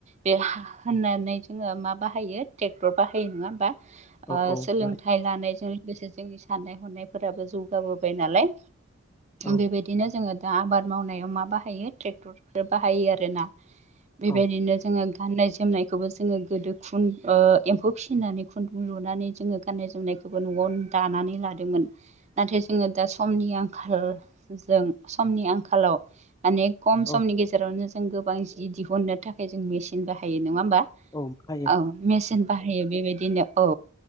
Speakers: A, on the right; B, on the left.
A: बे हा होननानै जोङो मा बाहायो ट्रेक्टर बाहायो नङा होमबा?
B: औ
A: ओ
B: औ
A: सोलोंथाइ
B: बाय
A: लानायजों लोगोसे जोंनि साननाय हनायफोराबो जौगाबोबाय नालाय
B: औ
A: बेबाय दिनो जोङो दा आबाद मावनायाव मा बाहायो ट्रेक्टरफोर बाहायो आरो ना। बेबायदिनो
B: औ
A: जोङो गाननाय जोमनायखौबो जोङो गोदो खुन ओ एम्फौ फिसिनानै खुन्दुं लुनानै जोङो गाननाय जोमनायखौबो न'आव दानानै लादोंमोन। नाथाय जोङो दा समनि आंखालजों समनि आंखालाव माने खम
B: औ
A: समनि गेजेरावनो जों गोबां जि दिहुननो थाखाय जों मेचिन बाहायो नङा होमबा?
B: औ ओमफाय
A: औ मेचिन बाहायो बेबायदिनो औ